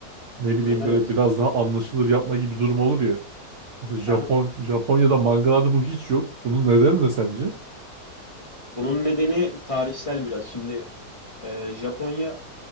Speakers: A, on the right; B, on the left.
A: ne bileyim
B: Aha,
A: böyle
B: Evet.
A: biraz daha anlaşılır yapma gibi durum olur ya. Mesela Japon
B: Aha.
A: Japonya'da mangalarda bu hiç yok. Bunun nedeni ne sence?
B: Bunun nedeni tarihsel biraz. Şimdi e, Japonya